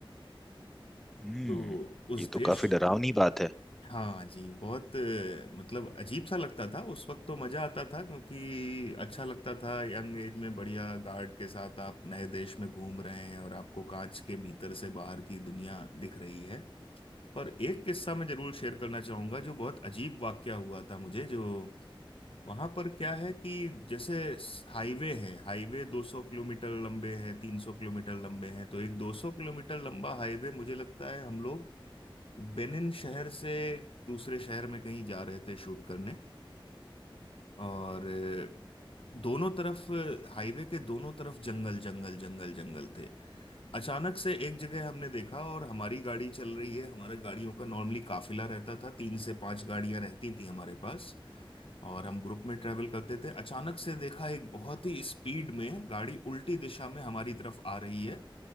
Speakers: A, in the centre; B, on the left.
A: हम्म
B: तो उस
A: ये
B: देश
A: तो काफी डरावनी बात है
B: हाँ जी बहुत अ, मतलब अजीब सा लगता था उस वक्त तो मजा आता था क्योंकि अच्छा लगता था यंग एज में बढ़िया गार्ड के साथ आप नए देश में घूम रहे हैं और आपको कांच के भीतर से बाहर की दुनिया दिख रही है पर एक किस्सा मैं जरूर शेयर करना चाहूंगा जो बहुत अजीब वाकया हुआ था मुझे जो वहां पर क्या है कि जैसे हाईवे है हाईवे 200 किलोमीटर लंबे हैं 300 किलोमीटर लंबे हैं तो एक 200 किलोमीटर लंबा हाईवे मुझे लगता है हम लोग बेनिन शहर से दूसरे शहर में कहीं जा रहे थे शूट करने और अ, दोनों तरफ हाईवे के दोनों तरफ जंगल जंगल जंगल जंगल थे अचानक से एक जगह हमने देखा और हमारी गाड़ी चल रही है हमारे गाड़ियों का नॉर्मली काफिला रहता था तीन से पांच गाड़ियां रहती थी हमारे पास और हम ग्रुप में ट्रेवल करते थे अचानक से देखा एक बहुत ही स्पीड में गाड़ी उल्टी दिशा में हमारी तरफ आ रही है